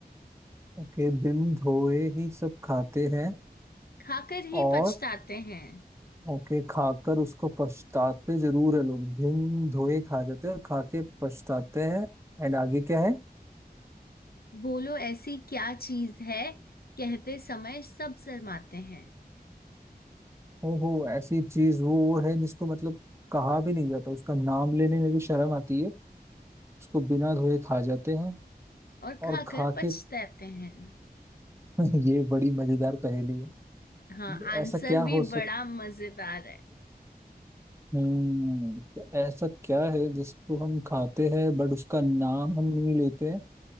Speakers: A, on the right (about 15°); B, on the left (about 65°).
A: ओके बिन धोए ही सब खाते हैं
B: खाकर ही
A: और
B: पछताते हैं
A: ओके खाकर उसको पछताते जरूर है लोग बिन धोए खा जाते हैं और खा के पछताते हैं एंड आगे क्या है
B: बोलो ऐसी क्या चीज है कहते समय सब शर्माते हैं
A: वो ऐसी चीज वो वो है जिसको मतलब कहा भी नहीं जाता उसका नाम लेने में भी शर्म आती है उसको बिना धोए खा जाते हैं
B: और खाकर
A: और खा
B: पछताते
A: के
B: हैं
A: <laughs> ये बड़ी मजेदार पहेली है
B: हाँ
A: ये
B: आंसर
A: ऐसा क्या
B: भी
A: हो सक
B: बड़ा मजेदार है
A: हम्म तो ऐसा क्या है जिसको हम खाते हैं बट उसका नाम हम नहीं लेते हैं